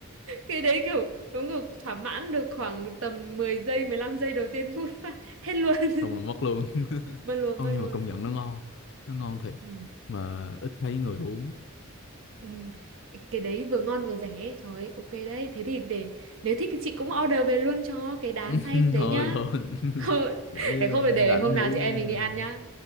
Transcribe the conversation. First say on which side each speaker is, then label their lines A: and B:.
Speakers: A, on the right; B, on the left.
A: cái đấy kiểu đúng kiểu thỏa mãn được khoảng tầm 10 giây 15 giây đầu tiên <laughs> phút và hết luôn <laughs>
B: xong là mất luôn <laughs>
A: mất luôn
B: không
A: mất luôn
B: nhưng mà công nhận nó ngon nó ngon thiệt
A: Ừ.
B: mà ít thấy người uống
A: Ừ. Cái đấy vừa ngon vừa rẻ ấy. Trời ơi, ok đấy Thế thì để nếu thích thì chị cũng order về luôn cho cái đá
B: <laughs>
A: xay đấy
B: thôi
A: nhá
B: thôi
A: <laughs>
B: <laughs> để
A: Để không phải để
B: rảnh
A: hôm nào
B: uống
A: chị em
B: nha
A: mình đi ăn nhá